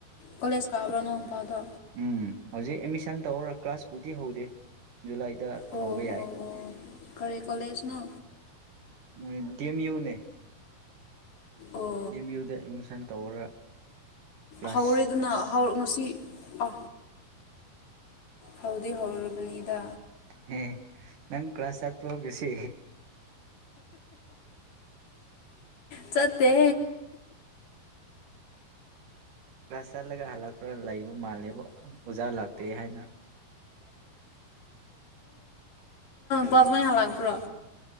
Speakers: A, on the left (about 55°); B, on the right (about 60°).
A: ꯀꯂꯦꯖ ꯀꯥꯎꯕꯣꯅꯣꯝꯕꯥꯎꯗꯣ
B: ꯎꯝ ꯍꯧꯖꯤꯛ ꯑꯦꯠꯃꯤꯁꯟ ꯇꯧꯔ ꯀ꯭ꯂꯥꯁꯄꯨꯗꯤ ꯍꯧꯗꯦ ꯖꯨꯂꯥꯏꯗ
A: ꯑꯣ
B: ꯍꯧꯕ ꯌꯥꯏ
A: ꯑꯣ ꯑꯣ ꯀꯔꯤ ꯀꯣꯂꯦꯖꯅꯣ
B: ꯃꯣꯏ ꯗꯤ ꯑꯦꯝ ꯌꯨ ꯅꯦ
A: ꯑꯣ
B: ꯑꯦꯝ ꯌꯨꯗ ꯑꯦꯠꯃꯤꯁꯟ ꯇꯧꯔ ꯀ꯭ꯂꯥꯁ
A: ꯍꯧꯔꯦꯗꯅ ꯉꯁꯤ ꯑ ꯍꯧꯗꯤ ꯍꯧꯔꯨꯔꯕꯅꯤꯗ
B: ꯎꯝ ꯅꯪ ꯀ꯭ꯂꯥꯁ ꯆꯠꯄ꯭ꯔꯣ ꯉꯁꯤ
A: ꯆꯠꯇꯦ
B: ꯀ꯭ꯂꯥꯁ ꯆꯥꯒ ꯍꯜꯂꯛꯔ ꯂ ꯃꯥꯜ ꯑꯣꯖꯥ ꯂꯥꯛꯇ꯭ꯔꯦ ꯍꯥꯏꯅ
A: ꯗꯃꯩ ꯍꯥꯂꯒꯄ꯭ꯔꯣ